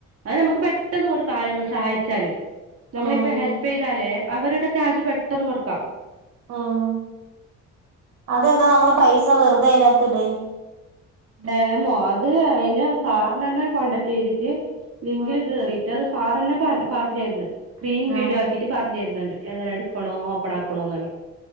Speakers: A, on the right; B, on the right.
A: അത് നമ്മക്ക് പെട്ടെന്ന് കൊടുക്കാ ആരെങ്കും സഹായിച്ചാല് ഞമ്മളിപ്പ
B: ആഹ്
A: ഹെൽപ്പെയ്താല് അവരുടെ ക്യാഷ് പെട്ടെന്ന് കൊടുക്കാം
B: ഉം അതെന്താ നമ്മള് പൈസ വെറുതെ അയിന്റാത്ത്ടെ
A: ഡെമോ അത് അയിന് സാറിനെന്നെ കോണ്ടാക് ചെയ്തിറ്റ് ലിങ്കില്
B: ആഹ്
A: കേറീട്ട് അത് സാറെന്നെ പറ പറഞ്ഞെരുന്ന് സ്ക്രീൻ വീഡിയോ
B: ആഹ്
A: ആക്കിട്ട് പറഞ്ഞെര്ന്ന്ണ്ട് എങ്ങനെ എടുക്കണോ ഓപ്പൺ ആക്കണോന്നെല്ലോ